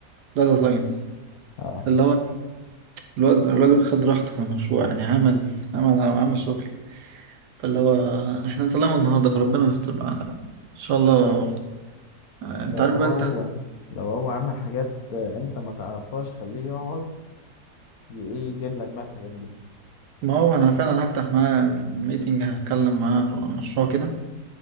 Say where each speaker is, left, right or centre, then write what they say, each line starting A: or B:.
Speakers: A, on the right; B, on the left.
A: داتا ساينس
B: اه
A: فاللي هو إيه، الواد الراجل خد راحته في المشروع يعني عمل عمل عمل شغل فاللي هو احنا نسلمه النهاردة فربنا يستر بقى إن شاء الله آه، أنت
B: لو
A: عارف
B: هو
A: بقى أنت
B: لو هو عمل حاجات آه، انت ما تعرفهاش خليه يقعد ي- ايه يجيب لك بقى الحاجات دي
A: ما هو أنا فعلا هفتح معاه ميتنج هتكلم معاه في المشروع كده